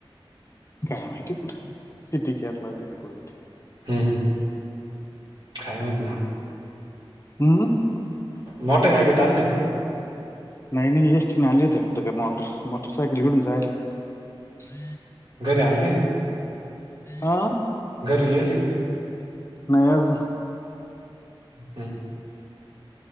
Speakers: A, on the left; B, on the right.
A: काय माहिती कुडं, सी. टी केअर ला होते कुडं होते.
B: हम्म -हम्, काय माहिती म?
A: हम्म
B: मोठ्या गाडीत आलते ना?
A: नाही- नाही एस टी नं आले होते वाटतं क काय, मोटर- मोटरसायकल घेऊन जायेल ये.
B: घरी आले नाही का
A: आ,
B: घरी येलं ये का नही?
A: नाही अजून.
B: हम्म,